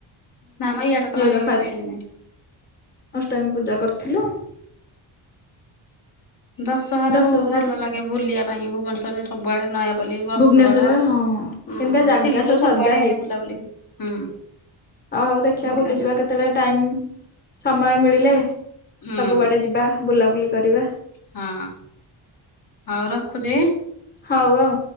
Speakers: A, on the left; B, on the left.
A: ନାମ ଇଆଡ ତ
B: ଏଗୁରା
A: କାଇଁ
B: ଖାଇଥିଲୁ
A: କିଛି ନା
B: ଅଷ୍ଟମୀ ପୂଜା କରିଥିଲୁ।।
A: ଦଶହରା
B: ଦଶହରାଟି
A: କୁ ଭଲ ଲାଗେ ବୁଲିବା ପାଇଁ ଭୁବନେଶ୍ଵରେ ସବୁଆଡେ ନୟା ପାଲି ରସୁଲଗଡ,
B: ଭୁବନେଶ୍ଵରରେ ହଁ
A: ହୁଁ।
B: କେମିତିଆ ଜାଗା
A: ଥିଲି
B: ସବୁ
A: ଯଉ
B: ସଜା
A: ସବୁଆଡେ ହେଇ ବୁଲାବୁଲି ହୁଁ।
B: ଓଉ ହଉ ଦେଖିବା
A: ବୁଲା
B: ବୁଲିଯିବା କେ ତେଳେ ଟାଇମ ସମୟ ମିଳିଲେ
A: ହୁଁ
B: ସବୁଆଡ଼େ ଯିବା ବୁଲାବୁଲି କରିବା।
A: ହଁ। ହଉ ରଖୁଚି।
B: ହଉ ଆଉ।